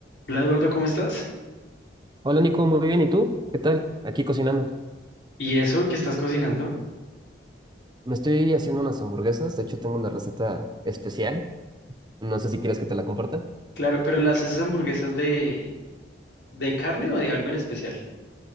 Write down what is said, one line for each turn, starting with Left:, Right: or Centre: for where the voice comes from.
Left: Hola Eduardo, ¿cómo estás?
Right: Hola Nico, muy bien. ¿Y tú? ¿Qué tal? Aquí cocinando.
Left: ¿Y eso que estás cocinando?
Right: Me estoy haciendo unas hamburguesas. De hecho, tengo una receta especial. No sé si quieres que te la comparta.
Left: Claro, pero ¿las haces hamburguesas de, de carne o de algo en especial?